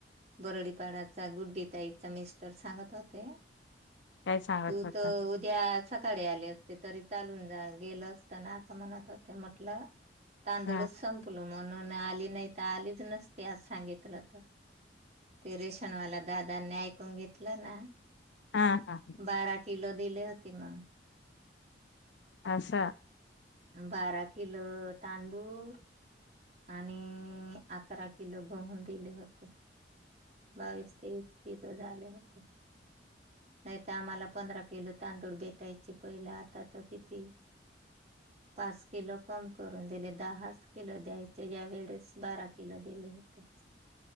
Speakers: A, on the right; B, on the left.
A: बरडीपाडाचा गुड्डी ताईचा मिस्टर सांगत होते
B: काय सांगत
A: तू
B: होता
A: तर उद्या सकाळी आले असते तरी चालून गेल असताना असं म्हणत होते म्हटलं तांदूळच
B: हा
A: संपलो म्हणून आली नाही तर आलीच नसते आज सांगितलं तर ते रेशनवाला दादांनी ऐकून घेतलं ना
B: हा हा
A: बारा किलो दिली होती मग
B: आसा
A: बारा किल तांदूळ आणि अकरा किलो बहून दिले होते बावीस तेवीस कीथ झाले होते नाही तर आम्हाला पंधरा किलो तांदूळ भेटायचे पहिलं आता तर किती. पाच किलो कम करून दिले दहाच किलो द्यायचे या वेळेस बारा किलो दिले ते